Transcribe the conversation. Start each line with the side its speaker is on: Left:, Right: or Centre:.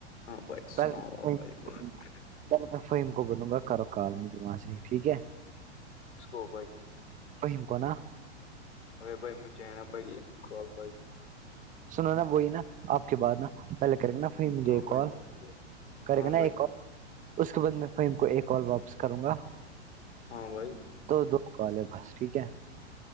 Left: ہاں بھائی سناؤ
Right: پہلے میں
Left: آپ
Right: فہیم
Left: بھائی بات پہلے
Right: پہلے میں فہیم کو بولوں گا کرو کال میجھے وہاں سے ٹھیک ہے
Left: کس کو بھائی
Right: فہم کونا
Left: ارے بھائی مجھے ہے نا بھائی کال بھائی
Right: سنو نا وہی نا آپ کے بات نا پہلے کرے گا نا پھر مجھے فہیم
Left: ہاں
Right: ایک
Left: بھائی
Right: کال کرے
Left: ہاں
Right: گا نا
Left: بھائی
Right: ایک کال اس کے بعد میں فہیم کو ایک کال واپس کروں گا
Left: ہاں بھائی
Right: دو دو کال ہے بس ٹھیک ہے